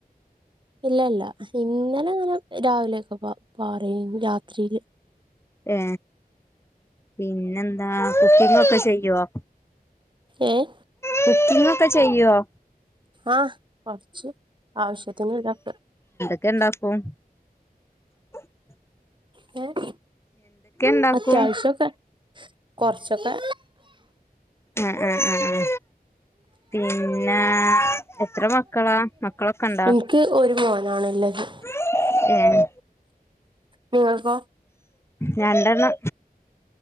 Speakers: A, on the right; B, on the left.
A: ഇല്ല, ഇല്ല, ഇന്നലെ ങ്ങനെ രാവിലെ ക്കെ പാറീനു രാത്രിയില്.
B: ഏ പിന്നെ എന്താ കുക്കിംഗ് ഒക്കെ ചെയ്യുവോ
A: ഏഹ്
B: കുക്കിംഗ് ഒക്കെ ചെയ്യുവോ
A: ആ കുറച്ച് ആവശ്യത്തിന് <unintelligible>
B: ക്കണ്ടാക്കും <unintelligible>
A: <unintelligible>
B: ഇണ്ടാക്കും
A: അത്യാവശ്യമൊക്കെ കുറച്ചൊക്കെ
B: അ അ അ അ പിന്നെ എത്ര മക്കളാ? മക്കളൊക്കെ ഉണ്ടോ?
A: എനിക്ക് ഒരു മോനാണ്ള്ളത്
B: മം
A: നിങ്ങൾക്കോ
B: രണ്ടെണ്ണം